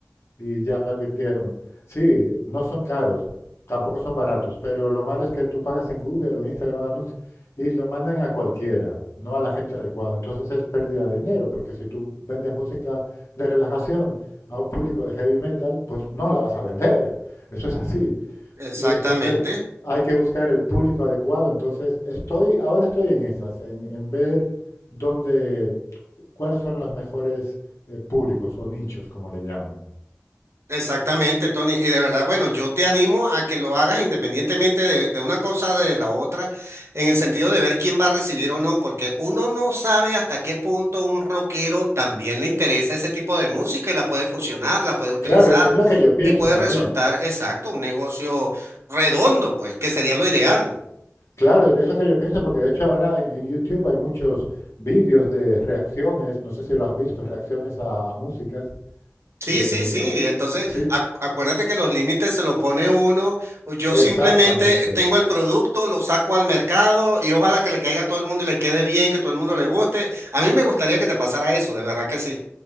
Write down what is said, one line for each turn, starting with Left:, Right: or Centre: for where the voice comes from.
Left: y ya me advirtieron, sí, no son caros, tampoco son baratos, pero lo malo es que tú pagas en Google o en Instagram un anuncio y lo mandan a cualquiera, no a la gente adecuada. Entonces es pérdida de dinero, porque si tú vendes música de relajación a un público de heavy metal, pues no la vas a vender. Eso es así.
Right: Exactamente.
Left: Y entonces hay que buscar el público adecuado. Entonces estoy, ahora estoy en esas, en, en ver dónde, cuáles son los mejores eh, públicos o nichos, como le llaman.
Right: Exactamente, Tony. Y de verdad, bueno, yo te animo a que lo hagas independientemente de, de una cosa de la otra, en el sentido de ver quién va a recibir o no, porque uno no sabe hasta qué punto un rockero también le interesa ese tipo de música y la puede fusionar, la puede utilizar
Left: Claro, es lo que yo pienso
Right: y puede
Left: también.
Right: resultar, exacto, un negocio redondo, pues, que sería lo ideal.
Left: Claro, es lo que yo pienso porque de hecho ahora en, en YouTube hay muchos vídeos de reacciones, no sé si lo has visto, reacciones a, a músicas.
Right: Sí,
Left: eh,
Right: sí, sí.
Left: ah,
Right: Entonces,
Left: sí,
Right: ac- acuérdate que los límites se lo pone uno. o Yo simplemente
Left: exactamente.
Right: tengo el producto, lo saco al mercado y ojalá que le caiga a todo el mundo y le quede bien, que todo el mundo le guste. A mí me gustaría que te pasara eso, de verdad que sí.